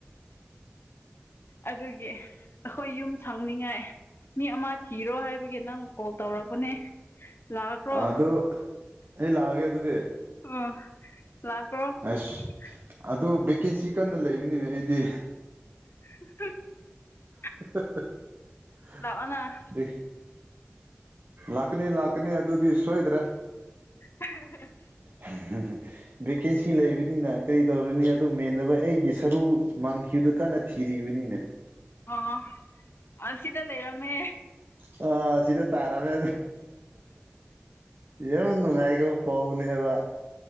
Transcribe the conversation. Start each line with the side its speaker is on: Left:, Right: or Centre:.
Left: ꯑꯗꯨꯒꯤ ꯑꯩꯈꯣꯏ ꯌꯨꯝ ꯁꯪꯅꯤꯡꯉꯥꯏ ꯃꯤ ꯑꯃ ꯊꯤꯔꯣ ꯍꯥꯏꯕꯒꯤ ꯅꯪ ꯀꯣꯜ ꯇꯧꯔꯛꯄꯅꯦ ꯂꯥꯛꯈ꯭ꯔꯣ
Right: ꯑꯗꯨ ꯑꯩ ꯂꯥꯛꯑꯒꯦ ꯑꯗꯨꯗꯤ
Left: ꯎꯝ ꯂꯥꯛꯈꫪꫭ
Right: ꯑꯁ ꯑꯗꯨ ꯚꯦꯀꯦꯟꯁꯤ ꯀꯟꯅ ꯂꯩꯕꯅꯤꯅꯦ ꯑꯩꯗꯤ
Left: <unintelligible>
Right: <unintelligible>
Left: ꯂꯥꯛꯑꯣꯅ
Right: ꯂꯥꯛꯀꯅꯤ ꯂꯥꯛꯀꯅꯤ ꯑꯗꯨꯗꯤ ꯁꯣꯏꯗ꯭ꯔꯦ
Left: <unintelligible>
Right: <unintelligible> ꯚꯦꯀꯦꯟꯁꯤ ꯂꯩꯕꯅꯤꯅ ꯀꯔꯤ ꯇꯧꯔꯅꯤ ꯑꯗꯨ ꯃꯦꯟꯟꯅꯕ ꯑꯩꯒꯤ ꯁꯔꯨ ꯃꯥꯡꯈꯤꯕꯗꯨ ꯀꯟꯅ ꯊꯤꯔꯤꯕꯅꯤꯅꯦ
Left: ꯑꫭ ꯑꯁꯤꯗ ꯂꯩꯔꯝꯃꯦ
Right: ꯑ ꯁꯤꯗ ꯇꯥꯔꯝꯃꯦ ꯌꯦꯝ ꯅꯨꯡꯉꯥꯏꯒ꯭ꫪ ꯄꯥꯎꯅꯦꯕ